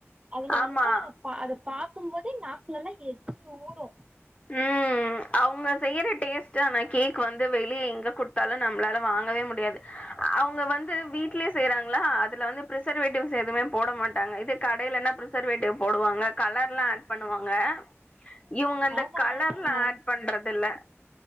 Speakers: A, on the right (about 20°); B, on the left (about 25°).
A: அதுல
B: ஆமா
A: வந்து அத பாக் பாக்கும் போதே நாக்குல்லலா எச்சு ஊரு
B: ம் அவுங்க செய்யற டேஸ்ட்டு அந்த கேக் வந்து வெளியே எங்க குடுத்தாலு நம்மளால வாங்கவே முடியாது அவுங்க வந்து வீட்லயே செய்றாங்களா அதுல வந்து ப்ரிசர்வேட்டிவ்ஷ் எதுவுமே போட மாட்டாங்க இது கடையிலன்னா ப்ரி ஷர்வேட்டிவ் போடுவாங்க கலர்ல்லா ஆட் பண்ணுவாங்க இவுங்க இந்த
A: ஆமா
B: கலர்லா
A: ஆமாங்க
B: ஆட் பண்றது இல்ல